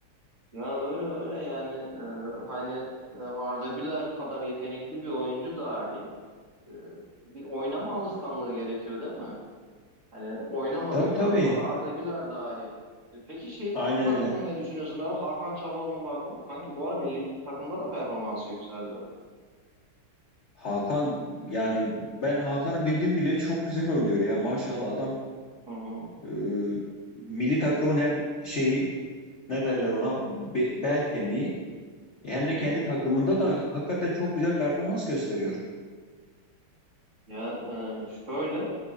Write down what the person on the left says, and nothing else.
Tabii tabii.
Aynen
öyle.
Hakan yani ben Hakan'ı bildim bile çok güzel oynuyor ya. Maşallah adam
Ee, milli takımın hem şeyi ne derler ona be- bel kemiği hem
de
kendi takımında da hakikaten çok güzel performans gösteriyor.